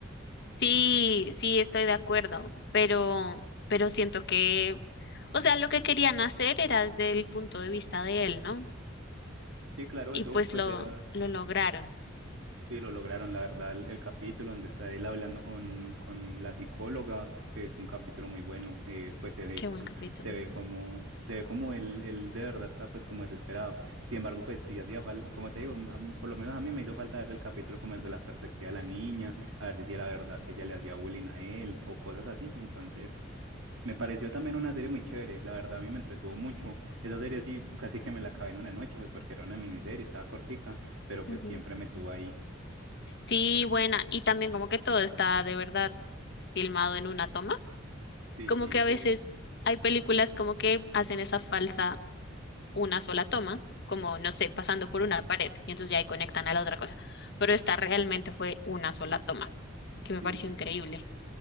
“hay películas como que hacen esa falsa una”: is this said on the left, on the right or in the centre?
Left